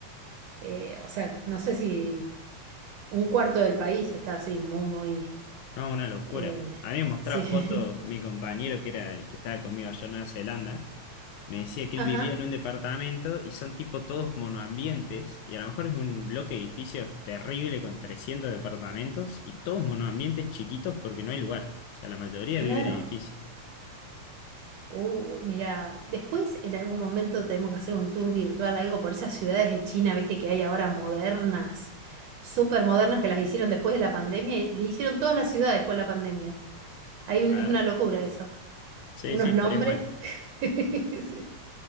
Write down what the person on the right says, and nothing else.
Eh, o sea, no sé si Un cuarto del país está así, muy, muy...
eh,
sí.
<laughs>
Ajá,
claro.
Uh, mira, después en algún momento tenemos que hacer un tour virtual, algo por esas ciudades de China, viste, que hay ahora modernas, súper modernas, que las hicieron después de la pandemia, y le hicieron todas las ciudades después de la pandemia. Hay un-
es una locura eso.
Unos
nombres.
<laughs>